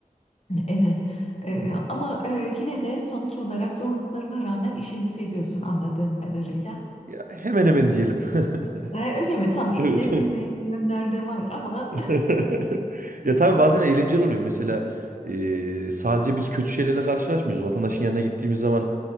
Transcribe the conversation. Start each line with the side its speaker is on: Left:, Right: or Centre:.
Left: Evet. E, Ama e, yine de sonuç olarak zorluklarına rağmen işini seviyorsun anladığım kadarıyla.
Right: Ya, hemen hemen diyelim. <laughs>
Left: E, Öyle mi? Tam içine
Right: Evet.
Left: sinmeyen yönler de var ama
Right: <laughs> Ya tabii
Left: <laughs>
Right: bazen
Left: doğru.
Right: eğlenceli oluyor. Mesela e, sadece biz kötü şeylerle karşılaşmıyoruz. Vatandaşın yanına gittiğimiz zaman